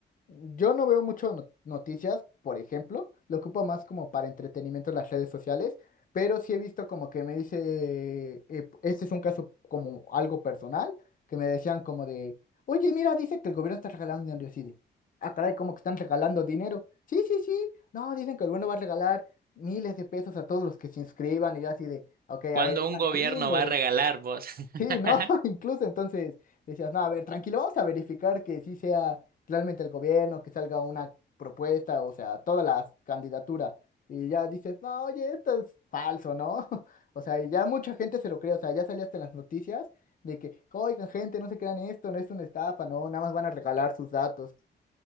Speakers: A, on the left; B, on the right.
A: yo no veo mucho no- noticias, por ejemplo, lo ocupo más como para entretenimiento en las redes sociales, pero sí he visto como que me dice, eh, este es un caso como algo personal, que me decían como de, oye, mira, dice que el gobierno está regalando dinero, y así de, ah, caray, como que están regalando dinero. Sí, sí, sí, no, dicen que el gobierno va a regalar miles de pesos a todos los que se inscriban, y yo así de, ok, a
B: Cuando
A: ver,
B: un
A: tranquilo.
B: gobierno va a regalar vos. <laughs>
A: Sí, ¿no? <laughs> Incluso entonces decías, no, a ver, tranquilo, vamos a verificar que sí sea realmente el gobierno, que salga una propuesta, o sea, todas las candidaturas. Y ya dices, no, oye, esto es falso, ¿no? <laughs> O sea, y ya mucha gente se lo cree, o sea, ya salía hasta en las noticias de que, oigan, gente, no se crean esto, no es una estafa, no, nada más van a regalar sus datos.